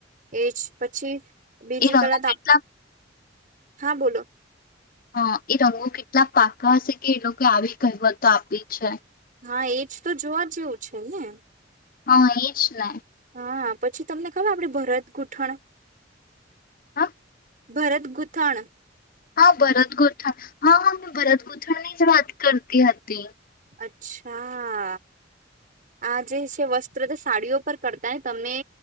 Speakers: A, on the right; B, on the left.
A: એજ પછી બીજી
B: એ રંગો
A: કલા તો
B: કેટલા
A: આપ હા બોલો
B: હા એ રંગો કેટલા પાકા હશે કે એ લોકો આવી કહીવતો આપી છે
A: હા એજ તો જોવા જેવું છે ને
B: હા એ જ લ
A: હા પછી તમને ખબર આપડે ભરત ગૂઠણ
B: હા
A: ભરત ગૂથાણ
B: હા ભરત ગોથણ હા હા મેં ભરત ગોથણ ની જ વાત કરતી હતી
A: અચ્છા આ જે છે વસ્ત્ર તો સાડીઓ પર કરતા ને તમે